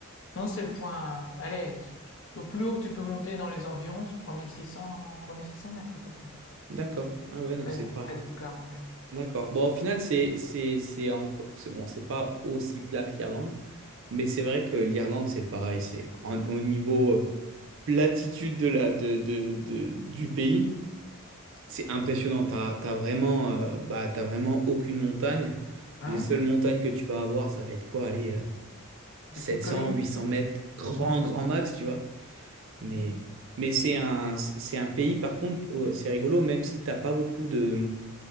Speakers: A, on the left; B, on the right.
A: Non, c'est le point. Allez, au plus haut que tu peux monter dans les environs, c'est trois mille six cents trois mille six cents mètres à peu près,
B: D'accord. Ah ouais, donc
A: près,
B: c'est
A: de-
B: pas.
A: près de Bucaramanga.
B: D'accord. Bon, au final, c'est c'est c'est enco- c'est bon, c'est pas aussi plat que l'Irlande, mais c'est vrai que l'Irlande, c'est pareil. C'est en- au niveau euh, platitude de la de, de, de- du pays, c'est impressionnant. T'as t'as vraiment euh, bah t'as vraiment aucune montagne.
A: Ah
B: Les seules
A: oui?
B: montagnes que tu vas avoir, ça va être quoi? Allez, euh, 700,
A: Des petites collines?
B: 800 mètres, grand
A: <laughs>
B: grand max, tu vois. Mais
A: Mhm.
B: mais c'est un c'est c'est un pays par contre, euh, c'est rigolo, même si t'as pas beaucoup de